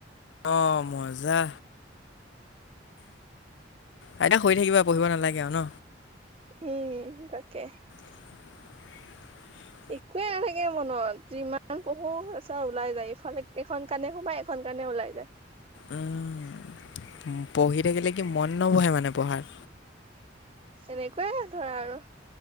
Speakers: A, on the left (about 70°); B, on the right (about 30°).
A: অ' মজা। আইতা শুই থাকিবা পঢ়িব নালাগে আৰু ন।
B: উম, তাকে।
A: <unintelligible>
B: একোৱে নাথাকে মনত যিমান পঢ়ো আছা ওলাই যায় ইফালে এখন কাণে সোমাই এখন কাণে। নে ওলাই যায়।
A: উম-উম, পঢ়ি থাকিলে কি মন নবহে মানে পঢ়াত?
B: এনেকুৱায়ে হয় ধৰা আৰু।